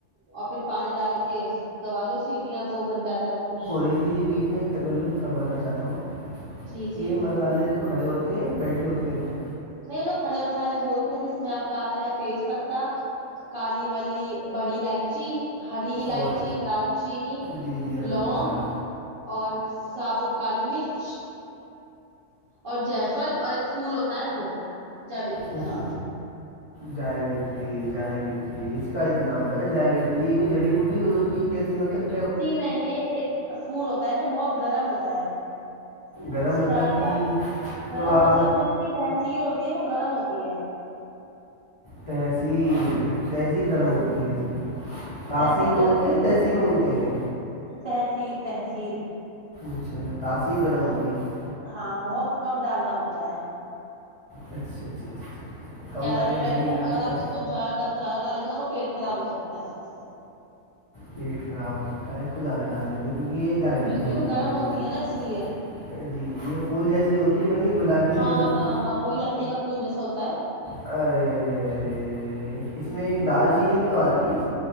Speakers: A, on the right; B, on the left.
A: اور پھر پانی ڈال کے دبا لو سیٹیاں تو بن جاتا ہے گوشت
B: دے دی تھی بیچ میں تکلط فرمانا چاہتا ہوں
A: جی
B: کہ
A: جی
B: یہ مسالحے جو کھڑے ہوتے ہیں بیٹھے ہوتے ہیں
A: نہیں لوگ کھڑے مسالحے بولتے ہیں جس میں آپ کا آتا ہے تیج پتا کالی والی بڑی الائچی ہری الائچی
B: اور
A: دالچینی
B: جی جی الحمد
A: لونگ
B: للہ
A: اور سابوت کالی مرچ اور جیفل اور ایک پھول ہوتا ہے وہ جاوتری
B: پوش
A: ہاں
B: جائے وتری جائے وتری اس کا اتناام ہے جائےوتری کوئی جڑی بوٹی ہو ہوتی ہے کیسی مطلب <inaudible>
A: جی نہیں یہ ایک پھول ہوتا ہے جو بہت گرم ہوتا ہے
B: گرم
A: اس سے
B: مطلب
A: زیادہ
B: کہ
A: تر گرم
B: تو آپ
A: مطلب جو اس کی تحذیر ہوتی ہے وہ گرم ہوتی ہے
B: تہسیی <inaudible> تحذیر گرم
A: جی
B: ہوتی ہے
A: جی
B: اس کی تاثیر
A: تحسیر
B: بولتے ہیں تحثیر بولتے ہیں
A: تحصیر تحصیر
B: اچھاا تاثیر گرم ہوتی ہے <inaudible>
A: ہاں بہت کم ڈالنا ہوتا ہے
B: اچھا اچھا اچھا اچھا اچھا کم
A: زیادہ
B: مطلب
A: نہیں ڈالیں
B: دیکھے گی
A: گ
B: کتنا
A: اگر آپ اس کو زدہ ڈالیں گے کا پیٹ خراب ہو سکتا ہے <inaudible>
B: اس کو زیادہ ڈال دیں گے کیونکہ یہ جائے
A: بلکہ
B: اتنی ہوتی
A: وہ گرم
B: ہے
A: نا اس لیے
B: <inaudible> جی جی یہ پھول جیسی ہوتی بنی گلابی <inaudible>
A: ہاں ہاں
B: کی
A: ہاں وہی لکڑی کا پھول جیسا ہوتا ہے
B: ارے ارے ارے ارے اے اے اس میں ایک دال چینی بھی تو آتی ہے <inaudible>